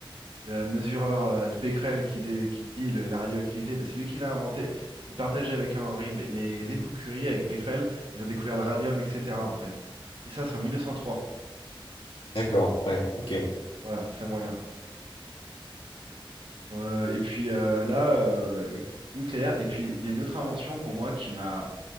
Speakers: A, on the right (about 75°); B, on the left (about 80°).
A: le mesureur euh, de Becquerel qui, dé- qui dit le- la radioactivité, bah, c'est lui qui l'a inventé. Il partageait avec Henri, Be- les époux Curie, avec Becquerel, ils ont découvert le radium, etc. en fait. C'est ça, c'est en mille neuf cent trois
B: D'accord, ouais, ok.
A: Voilà, ça me revient. Euh, et puis euh, là, euh, ex- nucléaire. Et puis il y a une autre invention pour moi qui m'a